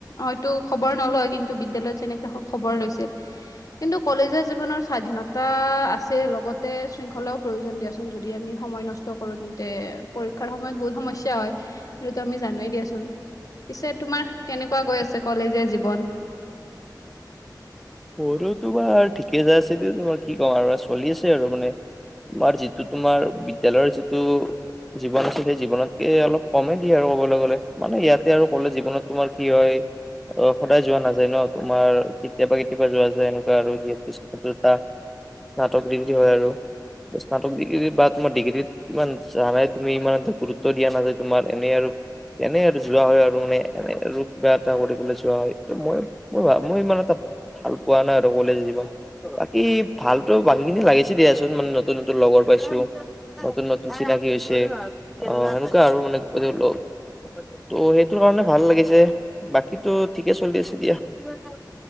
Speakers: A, on the left; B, in the centre.
A: হয়তো খবৰ নলয় কিন্তু বিদ্যালয়ত যেনেকে খবৰ লৈছিল কিন্তু কলেজৰ জীৱনৰ স্বাধীনতা আছে লগতে শৃংখলাও প্ৰয়োজন দিয়াচোন যদি আমি সময় নষ্ট কৰো তেন্তে পৰীক্ষাৰ সময়ত বহুত সমস্যা হয় সেইতো আমি জানোৱে দিয়াচোন পিছে তোমাৰ কেনেকুৱা গৈ আছে কলেজীয়া জীৱন
B: মোৰো তোমাৰ ঠিকে যাই আছে দে তোমাৰ কি ক'ম আৰু চলি আছে আৰু মানে তোমাৰ যিটো তোমাৰ বিদ্যালয়ৰ যিটো জীৱন আছে সেই জীৱনতকে অলপ কমেই দিয়ে আৰু ক'বলৈ গলে মানে ইয়াতে আৰু কলে জীৱনত তোমাৰ কি হয় অহ সদায় যোৱা নাযায় ন তোমাৰ কেতিয়াবা কেতিয়াবা যোৱা যায় এনেকুৱা আৰু যিহেতু এটা স্নাতক ডিগ্ৰী হয় আৰু স্নাতক ডিগ্ৰী বা তোমাৰ ডিগ্ৰীত ইমান জোৱা নাই তুমি ইমান এটা গুৰুত্ব দিয়া নাযায় তোমাৰ এনে আৰু এনে আৰু যোৱা হয় আৰু মানে এনে আৰু কিবা এটা কৰিবলৈ যোৱা হয় ত মই মোৰ মই ইমান এটা ভাল পোৱা নাই আৰু কলেজ জীৱন বাকী ভালতো বাকীখিনি লাগিছে। দিয়াচোন মানে নতুন নতুন লগৰ পাইছোঁ নতুন নতুন চিনাকি হৈছে অ সেনেকুৱা আৰু মানে এনেও লগ অ সেইটোৰ কাৰণে ভাল লাগিছে। বাকীতো ঠিকে চলি আছে দিয়া। <unintelligible>